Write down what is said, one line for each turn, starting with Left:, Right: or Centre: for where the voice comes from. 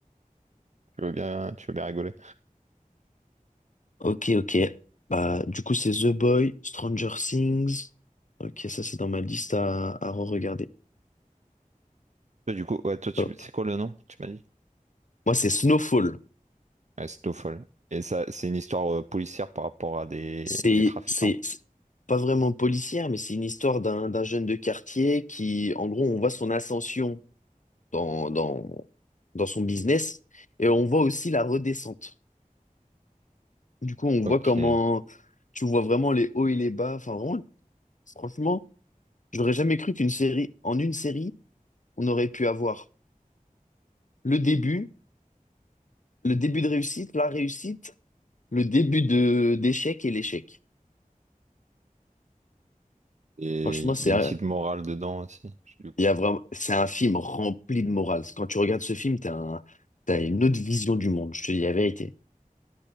Right: tu veux bien, tu veux bien rigoler.
Left: Ok, ok. Bah, du coup, c'est The Boy, Stranger Things. Ok, ça, c'est dans ma liste à, à re-regarder.
Right: Toi, du coup, ouais, toi, tu-
Left: Hop.
Right: c'est quoi le nom, tu m'as dit?
Left: Moi, c'est Snowfall.
Right: Ouais, Snowfall. Et ça, c'est une histoire euh, policière par rapport à des,
Left: C'est,
Right: des trafiquants.
Left: c'est, c'est pas vraiment policière, mais c'est une histoire d'un, d'un jeune de quartier qui, en gros, on voit son ascension dans, dans, dans son business et on voit aussi la redescente. Du coup, on
Right: Ok.
Left: voit comment
Right: Et
Left: tu vois vraiment les hauts et les bas. Enfin, vraiment, franchement, j'aurais jamais cru qu'une série, en une série, on aurait pu avoir le début le début de réussite, la réussite, le début de d'échec et l'échec.
Right: il
Left: Franchement, c'est
Right: y a une
Left: un,
Right: petite morale dedans aussi, du coup.
Left: il y a vraiment, c'est un film rempli de morale. Quand tu regardes ce film, t'as un- t'as une autre vision du monde, je te dis la vérité.